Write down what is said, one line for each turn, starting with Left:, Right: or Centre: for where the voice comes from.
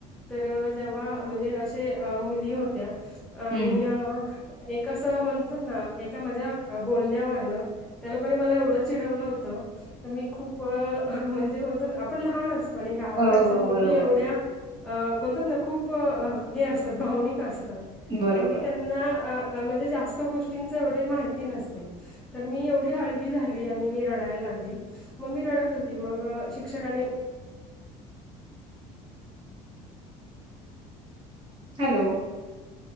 Centre: तर जेव्हा म्हणजे असे मुली होत्या आणि
Right: हं.
Centre: या एक असं म्हणतात ना, एका माझ्या बोलण्यावरनं त्या लोकांनी मला एवढं चिडवलं होतं. तर मी खूप म्हणजे बोलतो ना आपण लहान असतो आणि गावाकडच्या
Right: हो, हो.
Centre: मुली
Right: बरोबर,
Centre: एवढ्या अ बोलतात ना खूप हे असतात, भावनिक असतात
Right: बरोबर.
Centre: कारण की त्यांना. म्हणजे, जास्त गोष्टींच एवढे माहिती नसते. तर मी एवढी हळवी झाली आणि मी रडायला लागली मग मी रडत होती मगं शिक्षकांनी
Right: हॅलो.